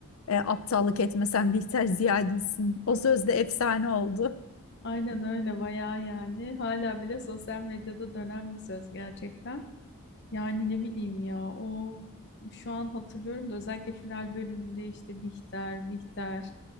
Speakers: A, on the left (about 75°); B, on the left (about 50°).
A: e, aptallık etmesen Bihter Ziya gitsin. O
B: Hı.
A: söz de efsane oldu.
B: Aynen öyle bayağı yani hala bile sosyal medyada dönen bir söz gerçekten. Yani ne bileyim ya o şu an hatırlıyorum da özellikle final bölümünde işte Bihter, Bihter